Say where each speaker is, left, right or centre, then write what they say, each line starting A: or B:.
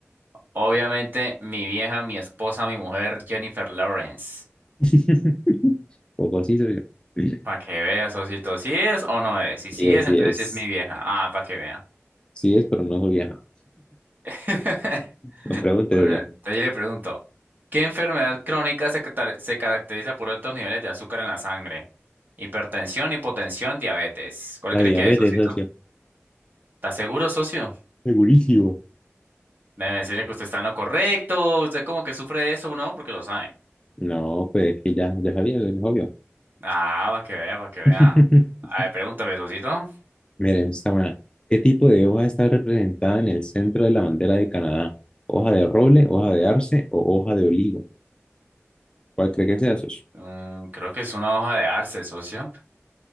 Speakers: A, on the right; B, on the left.
A: Obviamente, mi vieja, mi esposa, mi mujer, Jennifer Lawrence.
B: <laughs> Poco así soy yo. Sí
A: Para que veas, Osito, si es o no es. Y si
B: es,
A: sí es,
B: sí
A: entonces
B: es.
A: sí es mi vieja. Ah, para que vea.
B: Sí es, pero no soy vieja.
A: <laughs>
B: No preguntes
A: Ahora,
B: yo.
A: entonces yo le pregunto, ¿qué enfermedad crónica se, catar- se caracteriza por altos niveles de azúcar en la sangre? Hipertensión, hipotensión, diabetes. ¿Cuál
B: La
A: cree
B: diabetes,
A: que es, socito?
B: socio.
A: ¿Está seguro, socio?
B: Segurísimo.
A: Debe decirle que usted está en lo correcto. Usted como que sufre de eso, ¿no? Porque lo sabe.
B: No, pues que ya, ya sabía, es obvio.
A: Ah, para que vea, para que vea.
B: <laughs>
A: A ver, pregúntame, socito.
B: Miren, está buena. ¿Qué tipo de hoja está representada en el centro de la bandera de Canadá? ¿Hoja de roble, hoja de arce o hoja de olivo? ¿Cuál cree que sea, socio?
A: Mm, creo que es una hoja de arce, socio.